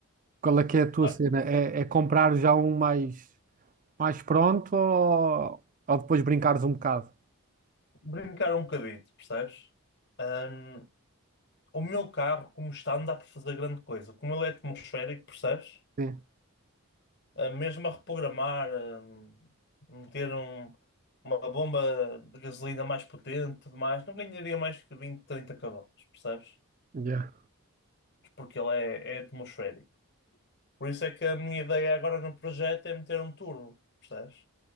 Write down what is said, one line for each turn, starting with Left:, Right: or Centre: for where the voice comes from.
Right: qual é que é a tua
Left: Ah,
Right: cena? É, é comprar já um mais, mais pronto ou, ou depois brincares um bocado?
Left: Brincar um bocadito, percebes? Ahm, o meu carro, como está, não dá para fazer grande coisa. Como ele é atmosférico, percebes?
Right: Sim.
Left: ah, mesmo a reprogramar, ah, meter um- uma bomba de gasolina mais potente, e tudo mais, não ganharia mais que 20, 30 cavalos, percebes?
Right: Yeah.
Left: Porque ele é, é atmosférico. Por isso é que a minha ideia agora no projeto é meter um turbo, percebes?